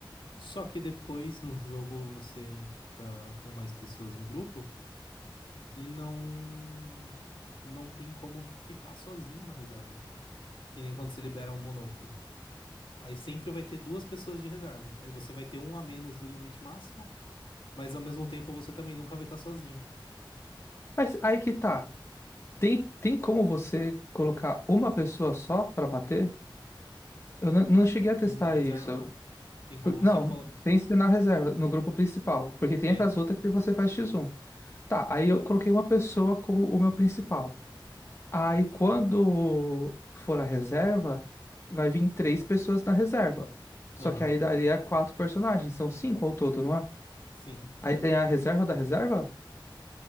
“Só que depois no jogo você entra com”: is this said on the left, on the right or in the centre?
Left